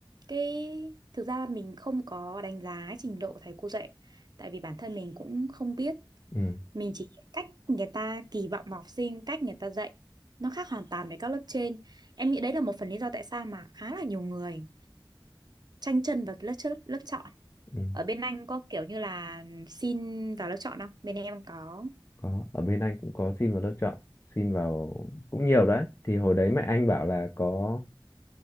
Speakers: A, on the right; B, on the left.
A: cái thực ra mình không có đánh giá trình độ thầy cô dạy tại vì bản thân mình cũng không biết
B: ừ,
A: mình chỉ cách người ta kỳ vọng vào học sinh cách người ta dạy nó khác hoàn toàn với các lớp trên em nghĩ đấy là một phần lý do tại sao mà khá là nhiều người tranh chân vào cái lớp trước lớp chọn
B: ừ,
A: ở bên anh có kiểu như là xin vào lớp chọn không bên em có
B: có ở bên anh cũng có xin vào lớp chọn xin vào cũng nhiều đấy thì hồi đấy mẹ anh bảo là có